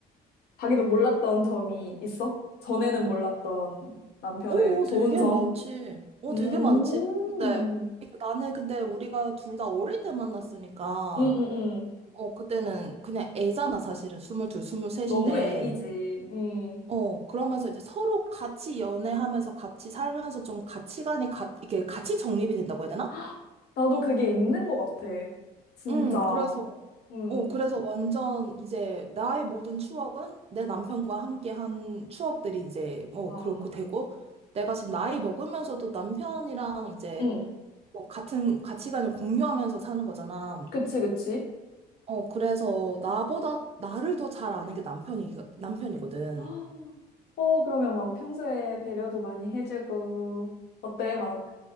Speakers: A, on the left; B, on the right.
A: 자기도 몰랐던 점이 있어? 전에는 몰랐던 남편의
B: 오
A: 좋은
B: 되게
A: 점?
B: 많지. 어,
A: 음,
B: 되게 많지. 근데, 이게 나는 근데 우리가 둘 다 어릴 때 만났으니까,
A: 음, 음, 음.
B: 어, 그때는 그냥 애잖아, 사실은. 22, 23인데.
A: 너무 애기지. 음.
B: 어, 그러면서 이제 서로 같이 연애하면서 같이 살면서 좀 가치관이 가, 이게 같이 정립이 된다고 해야 되나?
A: <gasps> 헉, 나도 그게 있는 것 같아. 진짜.
B: 음, 그래서,
A: 음.
B: 어, 그래서 완전 이제 나의 모든 추억은 내 남편과 함께 한 추억들이 이제, 어,
A: 와.
B: 그렇고 되고, 내가 지금 나이 먹으면서도 남편이랑 이제,
A: 음.
B: 어, 같은 가치관을 공유하면서 사는 거잖아.
A: 그치, 그치.
B: 어, 그래서 나보다 나를 더 잘 아는 게 남편이, 남편이거든.
A: <gasps> 헉, 어, 그러면 막 평소에 배려도 많이 해주고, 어때? 막